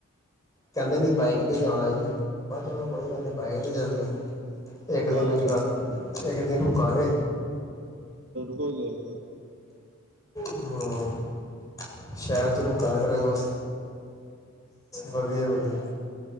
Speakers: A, on the left (about 15°); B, on the right (about 55°).
A: ਕਹਿੰਦੇ ਨੀ ਬਾਈਕ ਤੇ ਜਾਣਾ ਜ ਬਸ ਚਲੋ ਕੋਈ ਗੱਲ ਨੀ ਬਾਈਕ ਤੇ ਚੱਲ ਜਾ ਓਕੇ ਇੱਕ ਦਿਨ ਰੁਜਗਾ
B: ਇਹ ਤਾਂ
A: ਇੱਕ ਦਿਨ ਰੁਕਾਂਗੇ
B: ਕੋਈ ਨਹੀਂ
A: ਹੂੰ ਸ਼ਹਿਰ ਚ ਰੁਕ ਫਿਰ ਅ ਵਧੀਆ ਵਧੀਆ